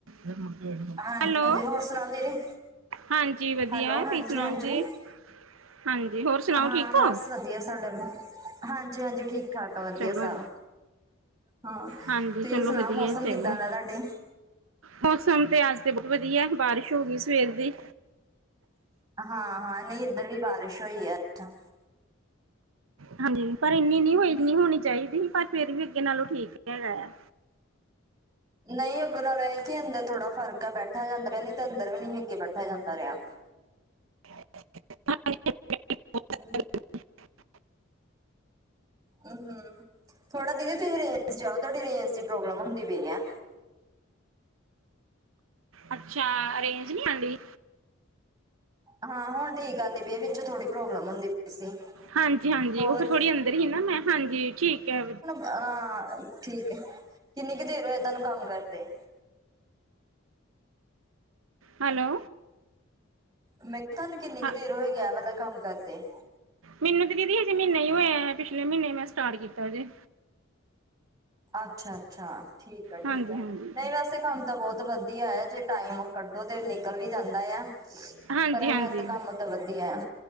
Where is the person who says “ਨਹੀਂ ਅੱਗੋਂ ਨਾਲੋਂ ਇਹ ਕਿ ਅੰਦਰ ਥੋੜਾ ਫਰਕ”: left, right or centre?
Right